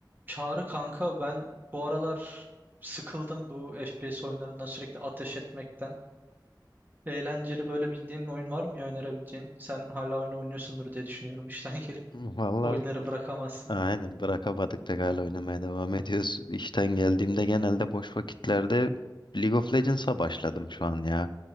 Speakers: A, on the right; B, on the left.
A: Çağrı kanka ben bu aralar sıkıldım bu FPS oyunlarından sürekli ateş etmekten. Eğlenceli böyle bildiğin oyun var mı ya önerebileceğin? Sen hala oyun oynuyorsundur diye düşünüyorum işten <laughs> gelip.
B: Valla
A: Oyunları bırakamazsın.
B: aynen bırakamadık pek hala oynamaya devam ediyoruz. İşten geldiğimde genelde boş vakitlerde League of Legends'a başladım şu an ya.